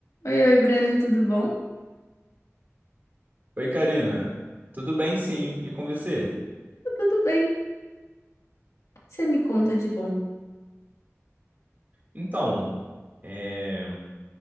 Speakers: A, on the left (about 80°); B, on the right (about 35°).
A: Oi, oi, Breno, tudo bom?
B: Oi, Karina. Tudo bem, sim. E com você?
A: Tá Tudo bem. Você me conta de bom.
B: Então, é,